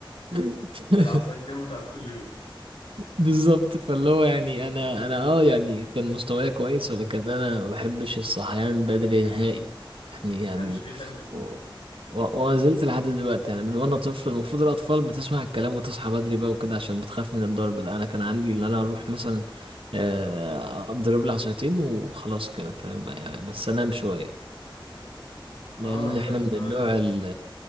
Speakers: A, on the right; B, on the left.
A: <laughs>
B: <laughs> العصايتين بتاعت كل يوم
A: بالظبط فاللي هو يعني أنا أنا أه يعني كان مستواي كويس ولكن أنا ما بحبش الصحيان بدري نهائي يعني
B: محدش
A: يعني
B: بيحبه صدق
A: و... و... وما زلت لحد دلوقتي يعني من وأنا طفل المفروض الأطفال بتسمع الكلام وتصحى بدري بقى وكده عشان بتخاف من الضرب لا أنا كان عندي إن أنا أروح مثلا آه، اضرب لي عصايتين وخلاص كده فاهم يعني بس انام شويه
B: اه
A: لأن إحنا
B: لا
A: من
B: فعلا
A: النوع ال